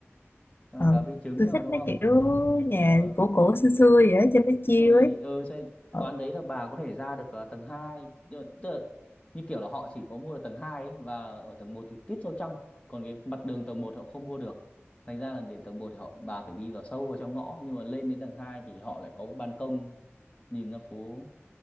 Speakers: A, on the left; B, on the left.
A: ờ,
B: Cà phê trứng
A: tôi
B: rồi
A: thích
B: đúng
A: mấy
B: không?
A: kiểu nhà
B: ờ
A: cổ cổ xưa xưa vậy đó, cho nó
B: xong
A: chill
B: rồi
A: ấy
B: ờ xong rồi
A: ờ,
B: quán đấy là bà có thể ra được ờ, tầng hai tức tức là, như kiểu là họ chỉ có mua được tầng 2 ấy, và ở tầng một thì tít sâu trong còn cái mặt đường tầng một họ không mua được thành ra là để tầng một thì họ bà phải đi vào sâu vào trong ngõ nhưng mà lên đến tầng 2 thì họ lại có ban công nhìn ra phố